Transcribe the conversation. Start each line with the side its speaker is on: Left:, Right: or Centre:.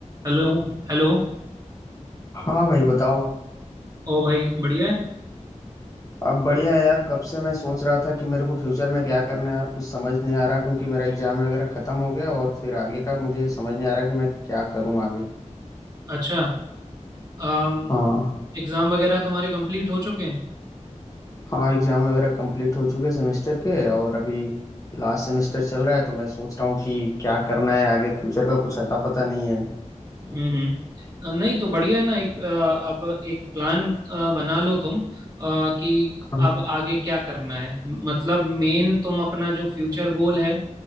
Right: Hello Hello
Left: हाँ भाई बताओ
Right: ओ भाई बढ़िया है
Left: अब बढ़िया है यार कब से मैं सोच रहा था कि मेरे को फ्यूचर में क्या करना है यार कुछ समझ नहीं आ रहा क्योंकि मेरा एग्जाम वगैरह खत्म हो गया और फिर आगे का मुझे समझ नहीं आ रहा कि मैं क्या करूँ आगे
Right: अच्छा अम,
Left: हाँ
Right: एग्जाम वगैरह तुम्हारे कंप्लीट हो चुके हैं
Left: हाँ एग्जाम वगैरह कंप्लीट हो चुके सेमेस्टर के और अभी लास्ट सेमेस्टर चल रहा है तो मैं सोच रहा हूँ कि क्या करना है आगे फ्यूचर का कुछ अता पता नहीं है
Right: हम्म हम्म अ, नहीं तो बढ़िया है ना एक अ, अब एक प्लान अ, बना लो तुम अ, कि
Left: हाँ,
Right: अब आगे क्या करना है मतलब मेन तुम अपना जो फ्यूचर गोल है